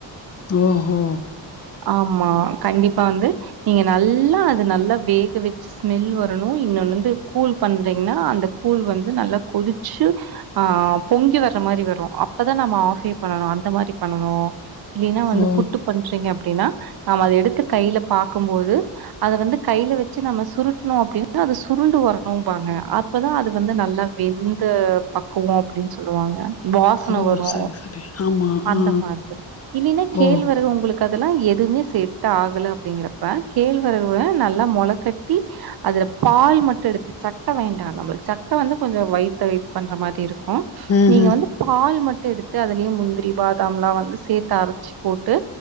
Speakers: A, on the left (about 35°); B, on the right (about 55°).
A: ஓ ஓ
B: ஆமா கண்டிப் பா வந்து நீங்க நல்ல எல்லாம் அது நல்லா வேக வச் ஸ்மெல் வரணு இன்னொன்னு வந்து கூல் பண்றீங்கன்னா அந்த கூல் வந்து நல்லா கொதிச்சு ஆஹ் பொங்கி வர்ற மாரி வரு அப்பதா நம்ம ஆஃப்பே பண்ணணு அந்த மாதிரி பண்ணணு இல்ல னா வந்து
A: ஓ!
B: புட்டு பண்றீங்க அப்டின்னா, நாம அத எடுத்து கையில பாக்கும்போது, அத வந்து கையில வெச்சு நம்ம சுருட்டணோ அப்டின்னா அது சுருண்டு வரணுபாங்க. அப்பதா அது வந்து நல்லா வெந்து பக்குவோ அப்டின்னு சொல்லுவாங்க. வாசன
A: ஓ!
B: வரு
A: சரி, சரி. ஆமா.
B: அந்த
A: ஆ.
B: மாதிரி இல்லன்னா கேள்வரகு
A: ஓ!
B: உங்களுக்கு எதுமே செட் ஆகல அப்பிடிங்கறப்ப கேழ்வரவ நல்லா மொள கட்டி அதுல பால் மட்டு எடுத்து சக்க வேண்டா நம்மலுக் சக்க வந்து கொஞ்சோ வயித்த இது பண்ற மாரி இருக்கு ம்
A: ம்ஹ்ம்.
B: நீங்க வந்து பால் ம ட் எடுத்து அதுலயே முந்திரி பாதாம் லா வந்து சேத்து அரச்சு போட்டு